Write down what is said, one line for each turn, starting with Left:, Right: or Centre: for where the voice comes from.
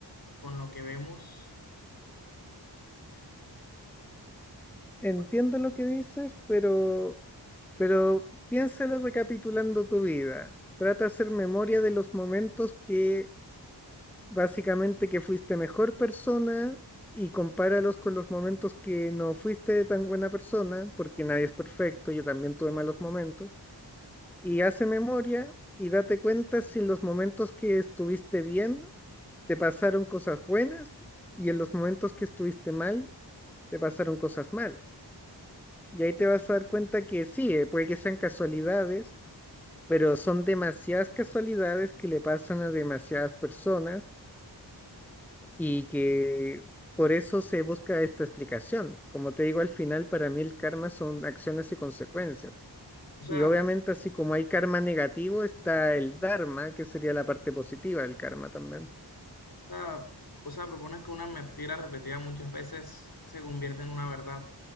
Left: con lo que vemos.
Centre: Entiendo
Left: por-
Centre: lo que dices, pero, pero piénsalo recapitulando tu vida. Trata de hacer memoria de los momentos que Básicamente que fuiste mejor persona y compáralos con los momentos que no fuiste tan buena persona, porque nadie es perfecto, yo también tuve malos momentos, y hace memoria y date cuenta si en los momentos que estuviste bien te pasaron cosas buenas y en los momentos que estuviste mal te pasaron cosas malas. Y ahí te vas a dar cuenta que sí, eh, puede que sean casualidades, pero son demasiadas casualidades que le pasan a demasiadas personas y que por eso se busca esta explicación. Como te digo, al final para mí el karma son acciones y consecuencias.
Left: O sea,
Centre: Y obviamente así como hay karma negativo, está el dharma, que sería la parte positiva del karma también.
Left: O sea, o sea, propones que una mentira repetida muchas veces se convierte en una verdad,